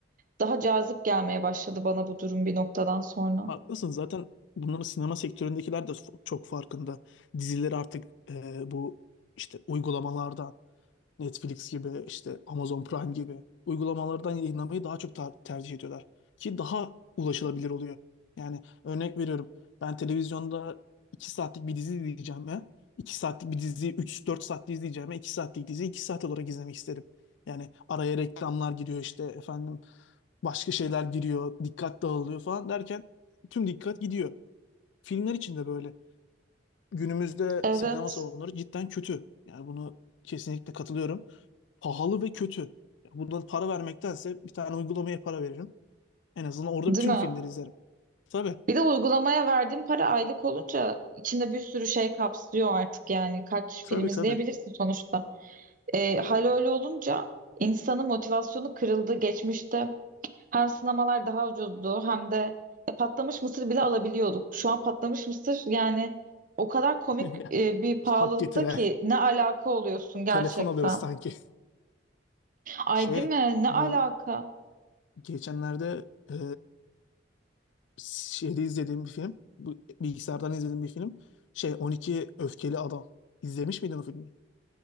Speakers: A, on the right; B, on the left.
A: Daha cazip gelmeye başladı bana bu durum bir noktadan sonra.
B: Haklısın zaten bunların sinema sektöründekiler de f- çok farkında. Dizileri artık e, bu işte uygulamalardan Netflix gibi işte Amazon Prime gibi uygulamalardan yayınlamayı daha çok ta- tercih ediyorlar. Ki daha ulaşılabilir oluyor. Yani örnek veriyorum ben televizyonda 2 saatlik bir dizi izleyeceğime 2 saatlik bir diziyi 3-4 saatte izleyeceğime 2 saatlik diziyi 2 saat olarak izlemek isterim. Yani araya reklamlar giriyor işte efendim başka şeyler giriyor dikkat dağılıyor falan derken tüm dikkat gidiyor. Filmler için de böyle. Günümüzde
A: Evet.
B: sinema salonları cidden kötü. Yani bunu kesinlikle katılıyorum pahalı ve kötü. Bundan para vermektense bir tane uygulamaya para veririm. En azından orada
A: Değil
B: tüm
A: mi?
B: filmleri izlerim. Tabii.
A: Bir de uygulamaya verdiğin para aylık olunca içinde bir sürü şey kapsıyor artık yani. Kaç
B: Tabii
A: film izleyebilirsin
B: tabii.
A: sonuçta. Ee, hal öyle olunca insanın motivasyonu kırıldı geçmişte. Hem sinemalar daha ucuzdu hem de ya patlamış mısır bile alabiliyorduk. Şu an patlamış mısır yani o kadar komik
B: <laughs>
A: e, bir pahalılıkta
B: Hak getire.
A: ki ne alaka oluyorsun gerçekten.
B: Telefon alıyoruz sanki.
A: Ay
B: Şey
A: değil mi? Ne
B: bu
A: alaka?
B: geçenlerde e, şeyde izlediğim bir film. Bu bilgisayardan izlediğim bir film. Şey 12 Öfkeli Adam. İzlemiş miydin o filmi?